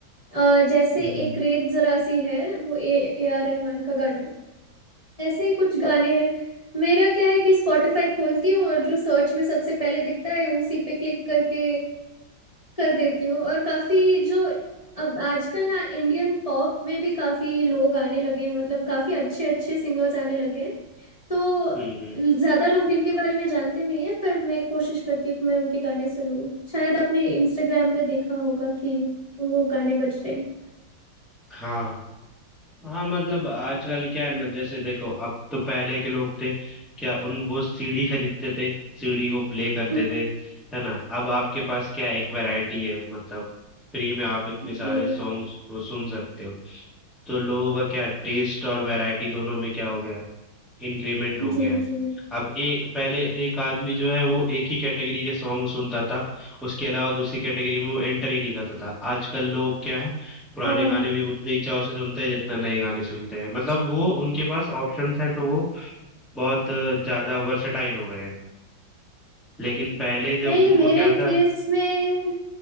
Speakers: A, on the left; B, in the centre.
A: अ, जैसे
B: हम्म
A: एक रेत जरा सी है वो ए ए आर रहमान का गाना है ऐसे ही कुछ गाने हैं मेरा क्या है कि स्पॉटिफाई खोलती हूँ और जो सर्च में सबसे पहले दिखता है उसी पे क्लिक करके कर देती हूँ और काफी जो अब आजकल ना इंडियन पॉप में भी काफी लोग आने लगे हैं मतलब काफी अच्छे अच्छे सिंगर्स आने लगे हैं तो
B: हम्म हम्म,
A: ज्यादा लोग इनके बारे में जानते नहीं है पर मैं कोशिश करती हूँ कि मैं उनके गाने सुनूं शायद आपने इंस्टाग्राम पे देखा होगा कि वो गाने बज रहे हैं
B: हाँ हाँ मतलब आजकल क्या है ना जैसे देखो अब तो पहले के लोग थे क्या उन वो सीडी खरीदते थे सीडी को प्ले करते
A: हम्म,
B: थे है ना अब आपके पास क्या है, एक वैरायटी है मतलब फ्री में आप इतने सारे
A: जी
B: सॉन्ग्स सुन सकते हो तो लोगों का क्या टेस्ट और वैरायटी दोनों में क्या हो गया है? इंक्रीमेंट हो
A: जी
B: गया है
A: जी
B: अब ए पहले एक आदमी जो है वो एक ही कैटेगरी के सॉन्ग सुनता था उसके अलावा दूसरी कैटेगरी में वो एंटर ही नहीं करता था आजकल लोग क्या है पुराने
A: हाँ
B: गाने भी उतने ही चाव से सुनते हैं जितना नए गाने सुनते हैं मतलब वो उनके पास ऑप्शंस हैं तो वो बहुत अ, ज्यादा वर्सेटाइल हो गए हैं लेकिन पहले जब
A: नहीं
B: उनको
A: मेरे
B: क्या था
A: केस में